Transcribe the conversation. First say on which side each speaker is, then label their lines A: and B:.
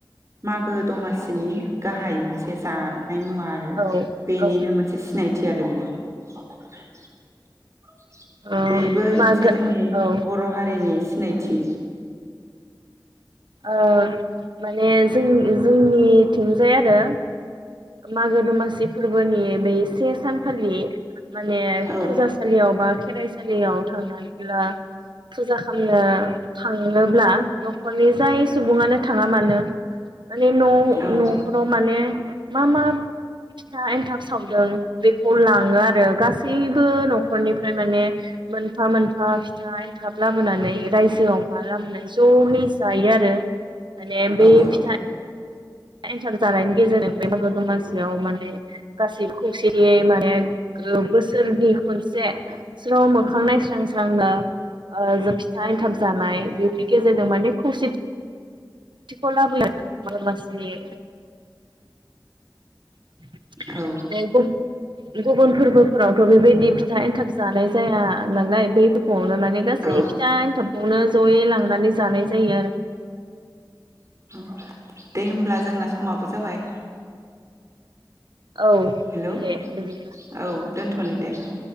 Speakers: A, on the right (about 40°); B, on the right (about 80°).
A: मागो दमासिनि गाहाय मोनसे जानाय मुवा आरो
B: औ
A: बेनिनो
B: औ
A: मोनसे सिनायथि आरो बेयो। <unintelligible>
B: औ
A: बेबो मोनसे
B: मागो
A: जोंनि
B: औ
A: बर' हारिनि सिनायथि।
B: ओ माने जों जोंनिथिंजाय आरो मागो दमासि फोरबोनि बै से सान खालि माने
A: औ
B: फुजासालियाव बा खेराइ सालियाव थांनायब्ला फुजा खामनो थाङोब्ला न'खरनि फ्राय सुबुङानो थाङा मानो माने न'
A: औ
B: न'खराव माने मा मा फिथा एनथाब सावदों बेखौ लाङो आरो गासैबो न'खरनिफ्राय माने मोनफा मोनफा फिथा एनथाब लाबोनानै रायजोआव हा लाबोनानै ज'यै जायो आरो माने बे
A: औ
B: फिथा
A: औ
B: एन्थाब जानायनि गेजेर जों बे मागो दमासियाव माने गासै खौसेयै माने ओ बोसोरनि खनसे स्र मोखां नायस्रां स्रांनो ओ जो फिथा एन्थाब जानाय बेनि गेजेरजों माने खौसे <unintelligible> बे फोरावहाय <unintelligible>
A: औ
B: गुबुन फोरबोफोरावथ' बेबायदि फि <unintelligible> एन्थाब जानाय जाया नालाय बै दुफावनो <unintelligible> गासै
A: औ
B: फिथा एनथाबखौनो ज'यै लांनानै जानाय जायो आरो
A: औ दे होमब्ला जोंना समाबो जाबाय।
B: औ
A: हेल' औ
B: दे बिदिब्ला
A: दोनथ'नि दे औ।